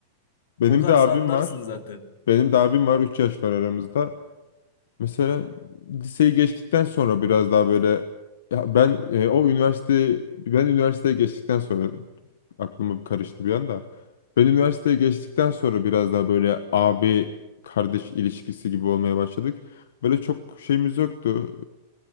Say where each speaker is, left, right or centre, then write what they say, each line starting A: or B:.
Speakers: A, on the left; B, on the left.
A: <laughs> Benim
B: Kokarsa
A: de abim
B: anlarsın
A: var.
B: zaten.
A: Benim de abim var 3 yaş var aramızda. Mesela liseyi geçtikten sonra biraz daha böyle ya ben e, o üniversiteyi ben üniversiteye geçtikten sonra aklımı karıştı bir anda. Ben üniversiteye geçtikten sonra biraz daha böyle abi kardeş ilişkisi gibi olmaya başladık. Böyle çok şeyimiz yoktu.